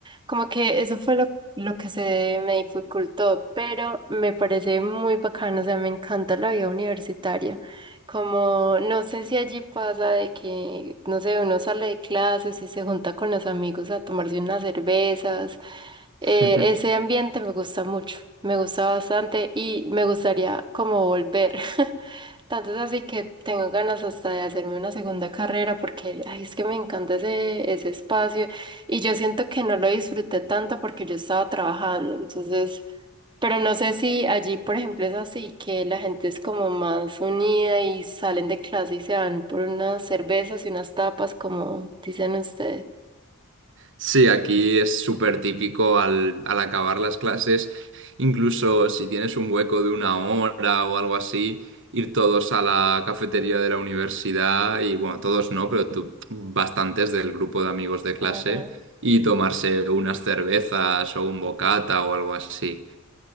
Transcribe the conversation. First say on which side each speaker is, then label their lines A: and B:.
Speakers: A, on the right; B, on the right.
A: Como que eso fue lo, lo que se me dificultó, pero me parece muy bacano, o sea, me encanta la vida universitaria. Como, no sé si allí pasa de que, no sé, uno sale de clases y se junta con los amigos a tomarse unas cervezas. Eh,
B: <laughs>
A: ese ambiente me gusta mucho, me gusta bastante y me gustaría como volver. <laughs> Tanto es así que tengo ganas hasta de hacerme una segunda carrera porque, ay, es que me encanta ese, ese espacio y yo siento que no lo disfruté tanto porque yo estaba trabajando, entonces... Pero no sé si allí, por ejemplo, es así, que la gente es como más unida y salen de clase y se van por unas cervezas y unas tapas, como dicen ustedes.
B: Sí, aquí es súper típico al, al acabar las clases, incluso si tienes un hueco de una hora o algo así, ir todos a la cafetería de la universidad y bueno, todos no, pero tú, bastantes del grupo de amigos de clase
A: Ajá.
B: y tomarse unas cervezas o un bocata o algo así.